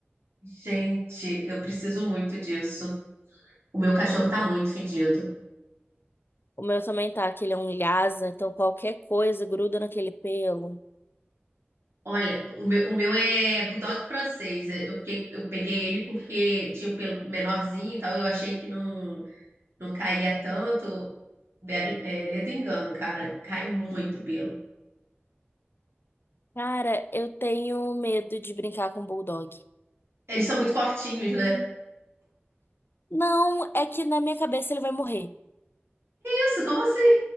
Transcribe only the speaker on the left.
O meu também tá, que ele é um lhasa, então qualquer coisa gruda naquele pelo.
Cara, eu tenho medo de brincar com o bulldog.
Não, é que na minha cabeça ele vai morrer.